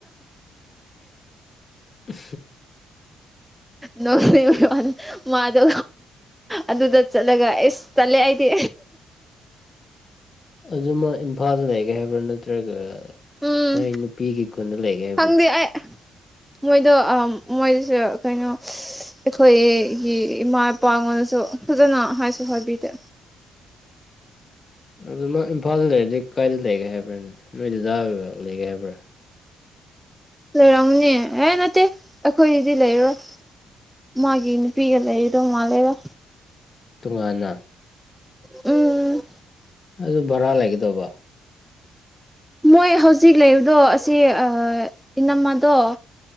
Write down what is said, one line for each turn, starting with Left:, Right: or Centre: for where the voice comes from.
Left: <inaudible> ꯎ
Centre: ꯅ ꯋꯥꯅꯤ ꯃꯥꯗ ꯑꯗꯨꯗ ꯆꯠꯂꯒ ꯑꯦꯁ ꯆꯠꯂꯦ ꯑꯩꯗꯤ
Left: ꯑꯗꯨꯃ ꯏꯝꯐꯥꯜꯗ ꯂꯩꯒꯦ ꯍꯥꯏꯕ꯭ꯔꯥ ꯅꯠꯇ꯭ꯔꯒ
Centre: ꯎꯝ
Left: ꯃꯥꯏ ꯅꯨꯄꯤꯒꯤ ꯈꯨꯟꯗ ꯂꯩꯒꯦ ꯍꯥꯏꯕ꯭ꯔꯥ
Centre: ꯈꯪꯗꯦ ꯑꯩ ꯃꯣꯏꯗꯣ ꯃꯣꯏꯗꯁꯨ ꯀꯩꯅꯣ ꯑꯩꯈꯣꯏꯒꯤ ꯏꯃꯥ ꯏꯄꯥꯉꯣꯟꯗꯁꯨ ꯐꯖꯅ ꯍꯥꯏꯁꯨ ꯍꯥꯏꯕꯤꯗꯦ
Left: ꯑꯗꯨ ꯃꯥ ꯏꯝꯐꯥꯜꯗ ꯂꯩꯔꯗꯤ ꯀꯥꯏꯏꯗ ꯂꯩꯒꯦ ꯍꯥꯏꯕ꯭ꯔꯥꯅꯦ ꯅꯣꯏ ꯖꯗꯥꯗꯨꯗ ꯂꯩꯒꯦ ꯍꯥꯏꯕ꯭ꯔꯥ
Centre: ꯂꯩꯔꯝꯅꯤ ꯑꯦ ꯅꯠꯇꯦ ꯑꯩꯈꯣꯏꯗꯤ ꯂꯩꯔꯣꯏ ꯃꯥꯒꯤ ꯅꯨꯄꯤꯒ ꯂꯩꯔꯤꯗꯣ ꯃꯥꯜꯂꯦꯔꯣ
Left: ꯇꯣꯉꯥꯟꯅ
Centre: ꯎꯝ
Left: ꯑꯗꯨ ꯚꯔꯥ ꯂꯩꯒꯗꯧꯕ
Centre: ꯃꯣꯏ ꯍꯧꯖꯤꯛ ꯂꯩꯕꯗꯣ ꯑꯁꯤ ꯑ ꯏꯅꯝꯃꯗꯣ